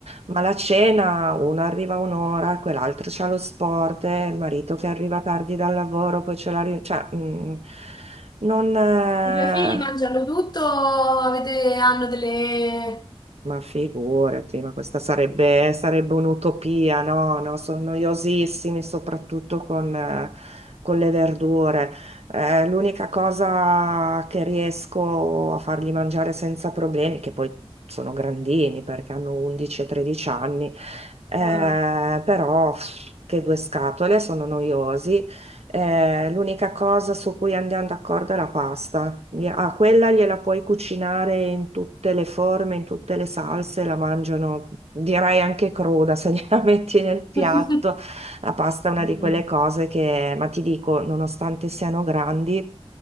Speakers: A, on the right; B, on the left.
A: ma la cena uno arriva a un'ora, quell'altro c'ha lo sport, eh, il marito che arriva tardi dal lavoro, poi c'è la riunione, cioè mh, non... eh,
B: i tuoi figli mangiano tutto, avete- hanno delle
A: Ma figurati, ma questa sarebbe, sarebbe un'utopia, no? No, sono noiosissimi, soprattutto con, eh, con le verdure. Eh, l'unica cosa che riesco a fargli mangiare senza problemi, che poi sono grandini perché hanno 11 e 13 anni, eh,
B: Ah.
A: però pff, che due scatole, sono noiosi eh, l'unica cosa su cui andiamo d'accordo è la pasta. Gli- Ah, quella gliela puoi cucinare in tutte le forme, in tutte le salse, la mangiano, direi anche cruda se gliela <laughs> metti nel piatto.
B: <laughs>
A: La pasta è una
B: Mm.
A: di quelle cose che, ma ti dico, nonostante siano grandi,